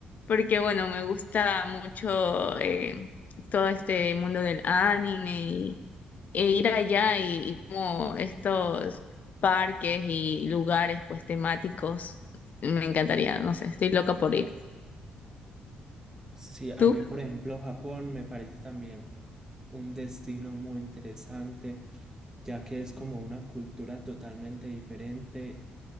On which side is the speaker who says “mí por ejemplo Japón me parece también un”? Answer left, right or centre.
Right